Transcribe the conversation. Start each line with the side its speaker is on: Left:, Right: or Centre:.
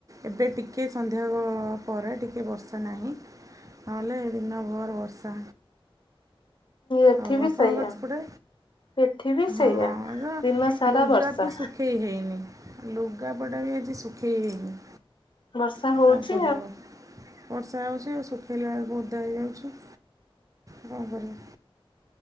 Right: ଏବେ ଟିକିଏ ସନ୍ଧ୍ୟା ପରେ ଟିକିଏ ବର୍ଷା ନାହିଁ। ତାହାଲେ ଦିନ ଭର ବର୍ଷା।
Left: ଏଠି
Right: ଆଉ
Left: ବି
Right: ଆପଣଙ୍କ
Left: ସେଇଆ
Right: ସେପଟେ?
Left: ଏଠି ବି ସେଇଆ।
Right: ହଁ ଯ
Left: ଦିନ ସାରା
Right: ଲୁଗା
Left: ବର୍ଷା
Right: ବି ସୁଖେଇ ହେଇନି। ଲୁଗାପଟା ବି ଆଜି ଶୁଖେଇ ହେଇନି।
Left: ବର୍ଷା
Right: ଆଉ
Left: ହଉଛି
Right: କଣ କରିବ ଆଉ। ବର୍ଷା ହଉଛି ଆଉ ଶୁଖେଇଲା ବେଳକୁ ଓଦା ହେଇଯାଉଛି। କଣ କରିବ?